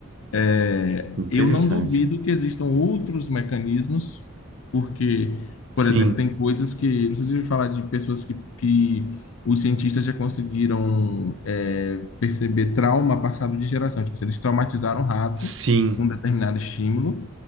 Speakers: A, on the left; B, on the right.
A: É,
B: Interessante.
A: eu não duvido que existam outros mecanismos, porque,
B: Sim,
A: por exemplo, tem coisas que, não sei se eu ouvi falar de pessoas que, que os cientistas já conseguiram é, perceber trauma passado de geração, tipo, assim, eles traumatizaram o rato
B: sim,
A: com um determinado estímulo